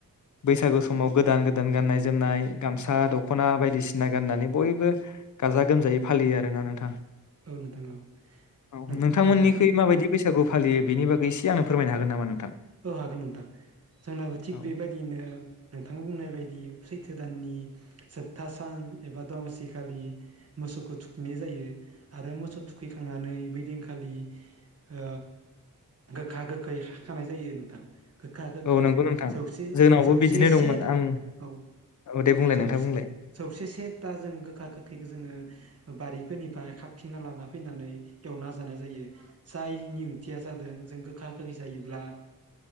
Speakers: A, on the left (about 55°); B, on the right (about 45°).
A: बैसागु समाव गोदान गोदान गाननाय जोमनाय गामसा दख'ना बायदिसिना गाननानै बयबो गाजा गोमजायै फालियो आरोना नोंथां।
B: औ नोंथां औ
A: औ
B: नों-नोंथां
A: नोंथांमोननिखै माबायदि बैसागु फालियो बेनि बागै एसे आंनो फोरमनो हागोन नामा नों
B: औ हागोन नोंथां जोंनाबो थिग
A: औ
B: बेबायदियैनो नोंथाङा बुंनाय बायदि सैथो। दाननि जोबथा सान एबा दमासि खालि मोसौखौ थुखैनाय जायो आरो मोसौ थुखैखांनानै बैदिंखालि ओ गोखा गोखै खानाय जायो नोंथां। गोखा गोखैखौसे
A: औ नंगौ नोंथां जोंनावबो
B: सौसे
A: बिदिनो दंमोन
B: सेथा
A: आं
B: औसे
A: औ दे बुंलाय नोंथां बुंलाय
B: सौसे सेथा जों गोखा गोखैखौ जोङो बारि फोरनिफ्राय खारथिंना लाना फैनानै एवना जानाय जायो जायनि ओंथिया जादों जों गोखा गोखै जायोब्ला